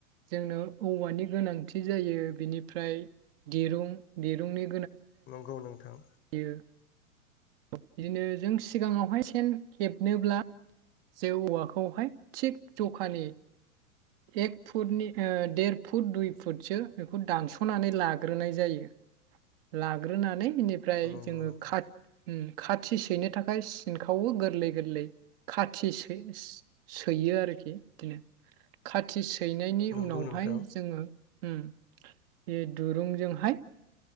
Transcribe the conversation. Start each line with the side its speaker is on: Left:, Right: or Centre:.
Right: जोंनो औवानि गोनांथि जायो बेनिफ्राय दिरुं दिरुंनि
Left: नंगौ नोंथां
Right: यो बिदिनो जों सिगाङावहाय सेन हेबनोब्ला जे औवाखौहाय थिग जखानि एक फुटनि देर फुट दुइ फुटसो बेखौ दानस'नानै लाग्रोनाय जायो लाग्रोनानै ओमफ्राय
Left: नंगौ
Right: जोङो
Left: नोंथां
Right: काट खाथि सैनो थाखाय सिनखावो गोरलै गोरलै खाथि सै सैयो आरोखि बिदिनो खाथि हैनायनि
Left: नंगौ
Right: उनावहाय
Left: नोंथां
Right: जोङो उम बे दुरुंजोंहाय